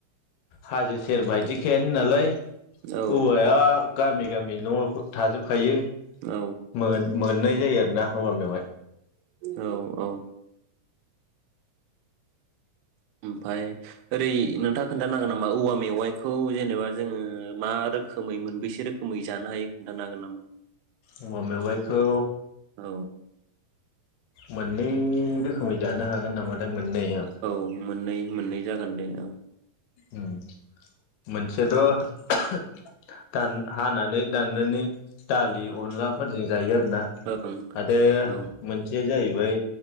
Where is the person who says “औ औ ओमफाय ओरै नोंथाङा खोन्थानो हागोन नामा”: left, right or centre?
Right